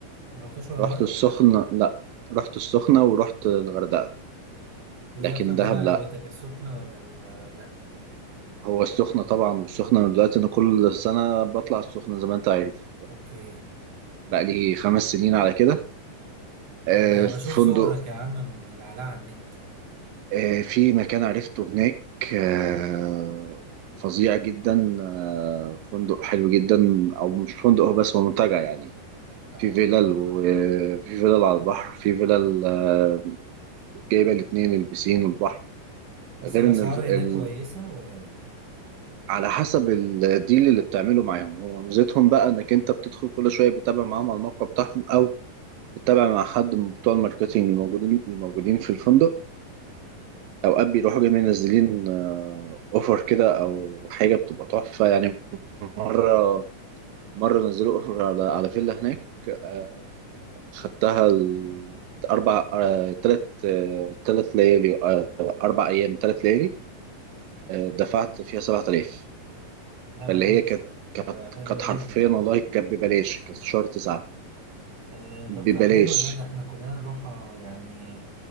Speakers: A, on the right; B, on the right.
A: ما رحتش ولا مره
B: رحت السخنة لا رحت السخنة ورحت الغردقة
A: وايه
B: لكن
A: اكتر حاجه
B: دهب
A: عجبتك
B: لا
A: السخنه ولا ال- لا
B: هو السخنة طبعا والسخنة من دلوقتي أنا كل سنة بطلع السخنة زي ما أنت عارف
A: اوكي
B: بقى لي خمس سنين على كده آه،
A: انا
B: في
A: بشوف
B: فندق
A: صورك يا عم ملعلعه على النت
B: آه، في مكان عرفته هناك آه، فظيع جدا آه، فندق حلو جدا او مش فندق هو بس هو منتجع يعني
A: اه
B: في فيلل وفي فيلل على البحر في فيلل آه، جايبه الاثنين البسين والبحر
A: بس
B: غير
A: الاسعار
B: ان ال-
A: هناك
B: ال-
A: كويسه ولا لا
B: على حسب الديل اللي بتعمله معاهم هو ميزتهم بقى انك انت بتدخل كل شويه بتتابع معاهم على الموقع بتاعهم او بتتابع مع حد من بتوع الماركتينج الموجودين الموجودين في الفندق اوقات بيروحوا جاي منزلين اوفر كده او حاجه بتبقى تحفه يعني مره مره نزلوا اوفر على على فيلا هناك آه، خدتها ال- اربع ثلاث ثلاث ليالي آه، اربع ايام ثلاث ليالي آه، دفعت فيها 7000
A: لا ما
B: فاللي
A: تقولش
B: هي كانت كانت
A: ده حلوه
B: كانت حرفيا
A: جدا
B: والله كانت ببلاش كانت في شهر تسعة
A: آه، طب
B: ببلاش
A: ده حلو ده ده احنا كلنا نروح آه، يعني